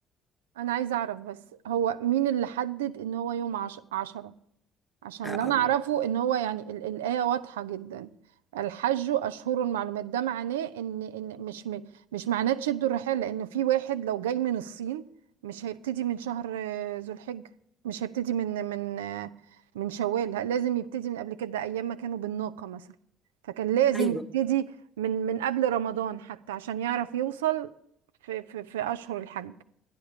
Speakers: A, on the right; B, on the left.
A: انا عايزه اعرف بس هو مين اللي حدد ان هو يوم عش... عشرة عشان
B: آه، آه،
A: اللي انا اعرفه ان هو يعني ال... الايه واضحه جدا الحج اشهر معلومات ده معناه ان ان مش م... مش معناه تشدوا الرحال لان في واحد لو جاي من الصين مش هيبتدي من شهر آه، ذو الحجه مش هيبتدي من من آه، من شوال ه- لازم يبتدي من قبل كده ايام ما كانوا بالناقه مثلا فكان لازم
B: أيوة
A: يبتدي من من قبل رمضان حتى عشان يعرف يوصل في في, في اشهر الحج